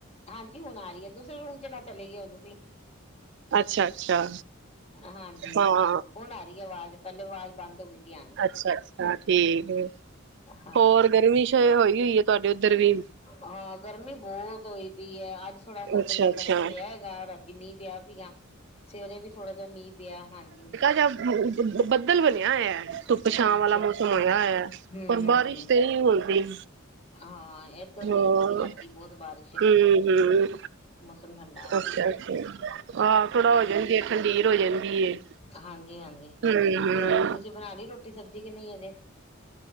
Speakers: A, on the left; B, on the right.
A: ਹਾਂਜੀ ਹੁਣ ਆ ਰਹੀ ਹੈ। ਦੂਸਰੇ ਰੂਮ ਚ ਨਾ ਚਲੇ ਗਏ ਹੋ। ਤੁਸੀਂ
B: ਅੱਛਾ ਅੱਛਾ
A: ਹਾਂਜੀ,
B: ਹਾਂ
A: ਹੁਣ ਆ ਰਹੀ ਹੈ, ਆਵਾਜ਼। ਪਹਿਲੇ, ਆਵਾਜ਼ ਬੰਦ ਹੋ ਗਈ ਸੀ, ਆਉਣੀ।
B: ਅੱਛਾ- ਅੱਛਾ, ਠੀਕ ਹੈ,
A: ਹਾਂਜੀ
B: ਹੋਰ ਗਰਮੀ ਸ਼ਾਇਦ ਹੋਈ- ਹੋਈ ਹੈ। ਤੁਹਾਡੇ ਉੱਧਰ ਵੀ।
A: ਹਾਂ ਗਰਮੀ ਬਹੁਤ ਹੋਈ ਪਈ ਹੈ। ਅੱਜ ਥੋੜਾ ਮੌਸਮ
B: ਅੱਛਾ
A: ਦਾ
B: ਅੱਛਾ
A: ਫਰਕ ਪਿਆ। ਰਾਤੀ ਮੀਂਹ ਪਿਆ ਸੀਗਾ। ਸਵੇਰੇ ਵੀ ਥੋੜਾ ਜਹਾ ਮੀਂਹ ਪਿਆ, ਹਾਂਜੀ।
B: ਜਾਂ। <unintelligible> ਬਦਲ ਬਣਿਆ ਹੋਇਆ ਹੈ। ਵਿਛਾਮ
A: ਅੱਛਾ
B: ਵਾਲਾ ਮੌਸਮ ਆਇਆ ਹੋਇਆ।
A: ਹੂੰ
B: ਪਰ
A: ਹੂੰ
B: ਬਾਰਿਸ਼
A: ਹੂੰ
B: ਤੇ ਨਹੀਂ ਹੁੰਦੀ।
A: ਹਾਂ। ਏਧਰ
B: ਹੂੰ,
A: ਹੋਈ ਸੀਗੀ ਰਾਤੀ ਬਹੁਤ ਬਾਰਿਸ਼
B: ਹੂੰ- ਹੂੰ।
A: ਮੌਸਮ ਠੰਡਾ ਆ ਗਿਆ
B: ਅੱਛਾ- ਅੱਛਾ। ਆਹ ਥੋੜਾ ਹੋ ਜਾਂਦੀ ਆ। ਖੰਡੀਰ ਹੋ ਜਾਂਦੀ। ਹੈ
A: ਹਾਂਜੀ-ਹਾਂਜੀ,
B: ਹਮ
A: ਹੋਰ
B: ਹਮ
A: ਤੁਸੀਂ ਬਣਾ ਲਈ ਰੋਟੀ- ਸਬਜ਼ੀ ਕਿ ਨੀ ਅਜੇ।